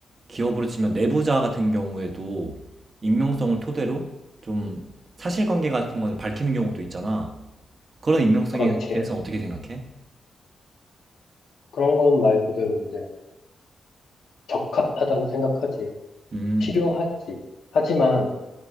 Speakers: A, on the right; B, on the left.
A: 기업으로 치면 내부자 같은 경우에도 익명성을 토대로 좀 사실관계 같은 걸 밝히는 경우도 있잖아. 그런 익명성에
B: 그렇지.
A: 대해서 어떻게 생각해?
B: 그런 건 말 그대로 이제 적합하다고 생각하지.
A: 음,
B: 필요하지. 하지만